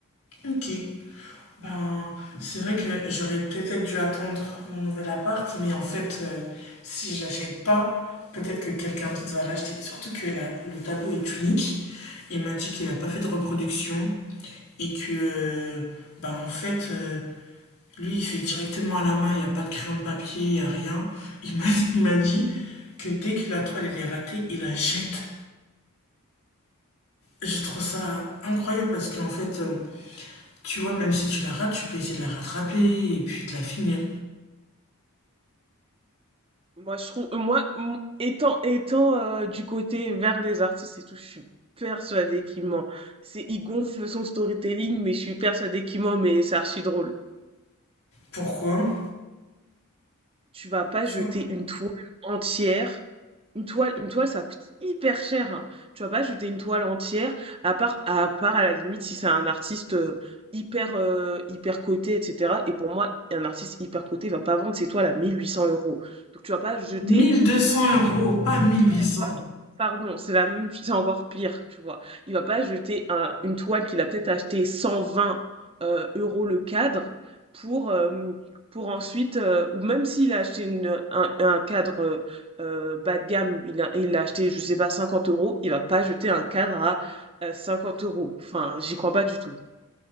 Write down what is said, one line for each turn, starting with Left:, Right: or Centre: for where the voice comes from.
Left: Ok. Ben, c'est vrai que j'aurais peut-être dû attendre mon nouvel appart, mais en fait, euh, si je l'achète pas, peut-être que quelqu'un d'autre va l'acheter. Surtout que la- le tableau est unique. Il m'a dit qu'il n'a pas fait de reproduction et que, euh, ben, en fait, euh, lui, il fait directement à la main, il n'y a pas de crayon de papier, il n'y a rien. Il m'a <laughs> il m'a dit que dès que la toile elle est ratée, il la jette. je trouve ça incroyable parce qu'en fait, euh, tu vois, même si tu la rates, tu peux essayer de la rattraper et puis de la finir.
Right: Moi, je trouve, moi, m- étant, étant euh, du côté vers les artistes et tout, je suis persuadée qu'il ment. C'est, il gonfle son storytelling, mais je suis persuadée qu'il ment, mais c'est archi drôle.
Left: Pourquoi
Right: Tu vas pas
Left: Ça,
Right: jeter une toile entière. Une toile, une toile, ça coûte hyper cher. hein. Tu vas pas jeter une toile entière, à part, à part à la limite si c'est un artiste euh, hyper, euh, hyper coté, etc. Et pour moi, un artiste hyper coté va pas vendre ses toiles à 1800 euros. Donc tu vas pas jeter
Left: 1200 euros, pas 1800.
Right: ouais, Pardon, c'est la même c'est encore pire, tu vois? Il va pas jeter un une toile qu'il a peut-être achetée 120, heu, euros le cadre pour, hem, pour ensuite, heu ou même s'il a acheté une un un cadre, heu heu, bas de gamme, il a il l'a acheté, je sais pas, 50 euros, il va pas jeter un cadre à, heu, 50 euros. Enfin, j'y crois pas du tout.